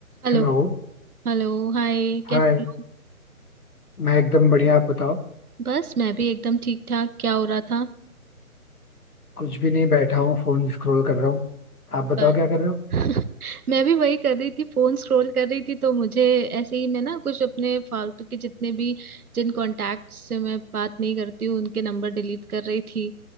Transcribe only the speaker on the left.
Hello
Hi
मैं एकदम बढ़िया आप बताओ
कुछ भी नहीं बैठा हूँ फोन स्क्रॉल कर रहा हूँ आप बताओ
क्या कर रहे हो